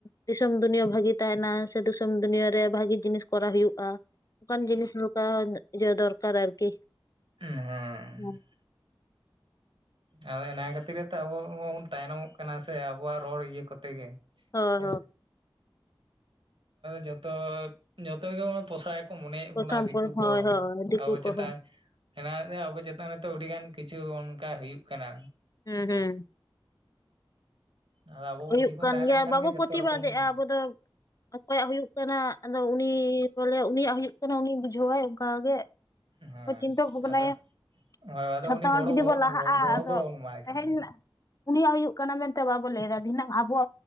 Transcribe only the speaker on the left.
ᱫᱤᱥᱚᱢ ᱫᱩᱱᱤᱭᱟᱹ ᱵᱷᱟᱹᱜᱤ ᱛᱟᱦᱮᱱᱟ ᱥᱮ ᱫᱤᱥᱚᱢ ᱫᱩᱱᱤᱭᱟᱹ ᱨᱮ ᱵᱷᱟᱜᱤ ᱡᱤᱱᱤᱥ ᱠᱚᱨᱟᱣ ᱦᱩᱭᱩᱜ-ᱟ᱾ ᱚᱱᱠᱟᱱ ᱡᱤᱱᱤᱥ ᱱᱚᱝᱠᱟ ᱤᱭᱟᱹ ᱫᱚᱨᱠᱟᱨ ᱟᱨᱠᱤ
ᱦᱮᱸ
ᱦᱳᱭ
ᱦᱳᱭ
ᱥᱟᱢᱯᱩᱨ
ᱦᱳᱭ
ᱦᱳᱭ ᱫᱤᱠᱩ
ᱠᱚᱦᱚᱸ
ᱦᱩᱸ ᱦᱩᱸ
ᱦᱩᱭᱩᱜ
ᱠᱟᱱ
ᱜᱮᱭᱟ,
ᱵᱟᱵᱚ
ᱯᱨᱚᱛᱤᱵᱟᱫᱮᱜᱼᱟ
ᱟᱵᱚ ᱫᱚ, ᱚᱠᱚᱭᱟᱜ ᱦᱩᱭᱩᱜ ᱠᱟᱱᱟ, ᱟᱫᱚ ᱩᱱᱤ ᱵᱚᱞᱮ ᱩᱱᱤᱭᱟᱜ ᱦᱩᱭᱩᱜ ᱠᱟᱱᱟ ᱩᱱᱤ ᱵᱩᱡᱷᱟᱹᱣᱟᱭ ᱚᱱᱠᱟᱜ ᱜᱮ᱾
ᱠᱳ ᱪᱤᱱᱛᱟᱹ ᱵᱷᱟᱵᱽᱱᱟᱭᱟ᱾
ᱡᱷᱚᱛᱚᱼᱚᱜ
ᱡᱩᱫᱤ
ᱵᱚᱱ ᱞᱟᱦᱟᱜᱼᱟ,
ᱟᱫᱚ᱾
<unintelligible>
ᱩᱱᱤᱭᱟᱜ ᱦᱩᱭᱩᱜ ᱠᱟᱱᱟ ᱢᱮᱱᱛᱮ ᱵᱟᱵᱚ ᱞᱟᱹᱭᱫᱟ, ᱫᱷᱤᱱᱟᱹᱝ ᱟᱵᱚ